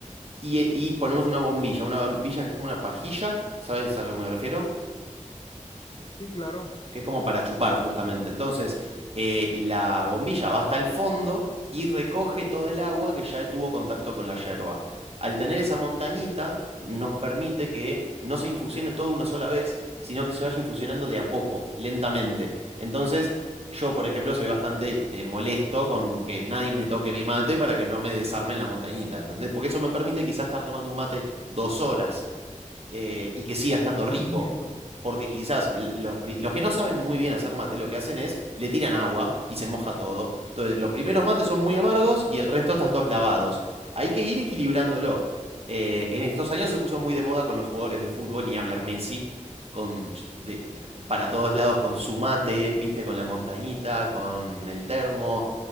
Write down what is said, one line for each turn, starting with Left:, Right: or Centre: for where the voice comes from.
Right: Y, y ponemos una bombilla, una bombilla que es como una pajilla, ¿sabes a lo que me refiero?
Left: Sí, claro,
Right: que es como para chupar justamente. Entonces, eh, la bombilla va hasta el fondo y recoge toda el agua que ya tuvo contacto con la yerba. Al tener esa montañita, nos permite que no se infusione todo una sola vez, sino que se vaya infusionando de a poco, lentamente. Entonces, yo, por ejemplo, soy bastante eh, molesto con que nadie me toque mi mate para que no me desarmen la montañita, ¿entendés? Porque eso me permite quizás estar tomando un mate dos horas eh, y que siga estando
Left: ah,
Right: rico.
Left: entiendo.
Right: Porque quizás los, pri- los que no saben muy bien hacer mate lo que hacen es le tiran agua y se moja todo. Entonces los primeros mates son muy amargos y el resto están todos lavados. Hay que ir equilibrándolo. Eh, en estos años se puso muy de moda con los jugadores de fútbol, ni hablar Messi, con, de- para todos lados con su mate, viste, con la montañita, con el termo.